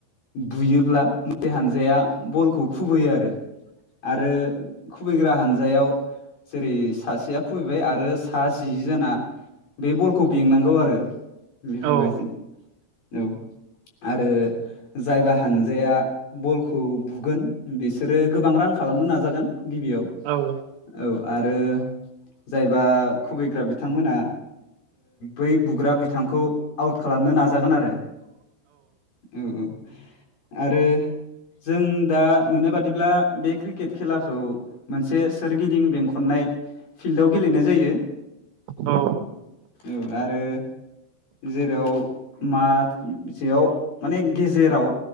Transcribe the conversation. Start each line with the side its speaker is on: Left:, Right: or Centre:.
Left: बुयोब्ला मोनसे हानजाया बलखौ खुबैयो आरो आरो खुबैग्रा हानजायाव जेरै सासेया खुबैबाय आरो सा जि जोना बे बलखौ बेंनांगौ आरो बेफोरबायदि
Right: औ
Left: औ आरो जायबा हानजाया बलखौ बुगोन बिसोरो गोबां रानख खालामनो नाजागोन गिबियाव
Right: औ
Left: औ आरो जायबा खुबैग्रा बिथांमोना बै बुग्रा बिथांखौ आउट खालामनो नाजागोन आरो औ औ आरो जों दा नुनाय बादिब्ला बे क्रिकेट खेलाखौ मोनसे सोरगिदिं बेंखननाय फिल्डआव गेलेनाय जायो
Right: औ
Left: औ आरो जेराव मसेयाव माने गेजेराव